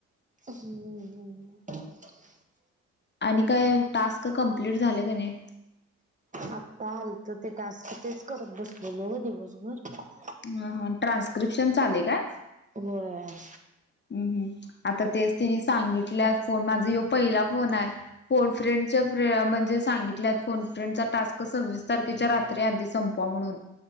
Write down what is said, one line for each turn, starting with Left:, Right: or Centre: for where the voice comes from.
Right: हम्म हम्म.
Left: आणि काय टास्क कम्प्लीट झाले का नाही?
Right: आता आलत ते टास्क तेच करत बसलेलो दिवसभर.
Left: ह हा ट्रान्स्क्रिप्शनच आले का?
Right: होय.
Left: हम्म हम्म आता तेच तिने सांगितलेय फोन माझा हेव पहिला फोन आहे. फोन फ्रेंड चा फ्रे म्हणजे सांगीन त्यात फोन फ्रेंडचा टास्क सव्वीस तारखेच्या रात्री आधी संपवा म्हणून